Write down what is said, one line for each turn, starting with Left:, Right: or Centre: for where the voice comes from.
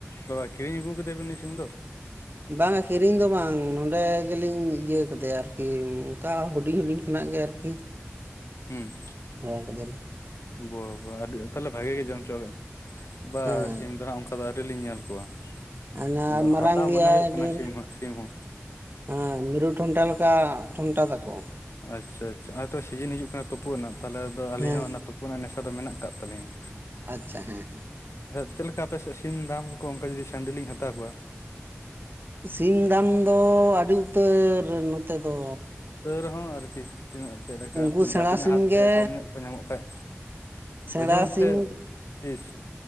Left: ᱵᱟᱵᱟ ᱠᱤᱨᱤᱧ ᱟᱹᱜᱩ ᱠᱟᱫᱮᱭᱟ ᱵᱮᱱ ᱩᱱᱤ ᱥᱤᱢ ᱫᱚ
Right: ᱵᱟᱝᱼᱟ ᱠᱤᱨᱤᱧ ᱫᱚ ᱵᱟᱝ ᱱᱚᱰᱮ ᱜᱮᱞᱤᱧ ᱤᱭᱟᱹ ᱠᱟᱫᱮᱭᱟ ᱟᱨᱠᱤ ᱚᱱᱠᱟ ᱦᱩᱰᱤᱧ ᱦᱩᱰᱤᱧ ᱩᱱᱟᱹᱜ ᱜᱮ ᱟᱨᱠᱤ
Left: ᱦᱚᱸ
Right: ᱮᱢᱟ ᱠᱟᱫᱮᱭᱟ ᱞᱤᱧ
Left: ᱵᱟᱵᱟ ᱨᱮ ᱛᱟᱦᱚᱞᱮ ᱵᱷᱟᱜᱤ ᱜᱮ ᱡᱚᱢ ᱦᱚᱪᱚ ᱵᱟ
Right: ᱦᱮᱸ
Left: ᱥᱤᱢ ᱫᱚ ᱦᱟᱸᱜ ᱚᱱᱠᱟ ᱫᱚ ᱟᱹᱰᱤ ᱞᱤᱧ ᱧᱮᱞ ᱠᱚᱣᱟ
Right: ᱚᱱᱟ
Left: ᱟᱫᱚ
Right: ᱢᱟᱨᱟᱝ
Left: ᱦᱟᱛᱟᱣ
Right: ᱜᱮᱭᱟᱭ
Left: ᱢᱚᱱᱮ ᱦᱩᱭᱩᱜ
Right: ᱟᱹᱰᱤ
Left: ᱠᱟᱱᱟ ᱥᱤᱢ ᱦᱚᱸ ᱥᱤᱢ ᱦᱚᱸ
Right: ᱦᱮᱸ ᱢᱤᱨᱩ ᱴᱷᱚᱱᱴᱟ ᱞᱮᱠᱟ ᱴᱷᱚᱱᱴᱟ ᱛᱟᱠᱚ
Left: ᱟᱪᱷᱟ ᱟᱪᱷᱟ ᱦᱚᱼᱚᱭ ᱛᱚ ᱥᱤᱡᱤᱱ ᱦᱤᱡᱩᱜ ᱠᱟᱱᱟ ᱛᱩᱯᱩᱫ ᱨᱮᱱᱟᱜ ᱛᱟᱦᱚᱞᱮ ᱟᱫᱚ ᱟᱹᱞᱤᱧ
Right: ᱦᱮᱸ
Left: ᱦᱚᱸ ᱚᱱᱟ ᱛᱩ ᱨᱮᱱᱟᱜ ᱱᱮᱥᱟ ᱫᱚ ᱢᱮᱱᱟᱜ ᱠᱟᱜ ᱛᱟᱹᱞᱤᱧᱟ
Right: ᱟᱪᱪᱷᱟ ᱦᱮᱸ
Left: ᱟᱫᱚ ᱪᱮᱫ ᱞᱮᱠᱟ ᱟᱯᱮ ᱥᱮᱫ ᱥᱤᱢ ᱫᱟᱢ ᱠᱚ ᱚᱱᱠᱟ ᱡᱩᱫᱤ ᱥᱟᱺᱰᱤ ᱞᱤᱧ ᱦᱟᱛᱟᱣ ᱠᱚᱣᱟ
Right: ᱥᱤᱢ ᱫᱟᱢ ᱫᱚ ᱟᱹᱰᱤ ᱩᱛᱟᱹᱨ ᱱᱚᱛᱮᱫ ᱫᱚ
Left: ᱛᱟᱹᱣ ᱨᱮᱦᱚᱸ ᱟᱨᱠᱤ ᱛᱤᱱᱟᱹᱜ ᱪᱮᱫ ᱞᱮᱠᱟ
Right: ᱩᱱᱠᱩ
Left: ᱡᱩᱫᱤ
Right: ᱥᱮᱬᱟ
Left: ᱟᱵᱤᱱᱟᱜ
Right: ᱥᱤᱢ
Left: ᱦᱟᱛ ᱛᱮ
Right: ᱜᱮ
Left: ᱠᱚᱢ ᱧᱚᱜ ᱠᱚ ᱧᱟᱢᱚᱜ ᱠᱷᱟᱱ
Right: ᱥᱮᱬᱟ
Left: ᱳᱡᱚᱱ
Right: ᱥᱤᱢ
Left: ᱥᱮ ᱯᱤᱥ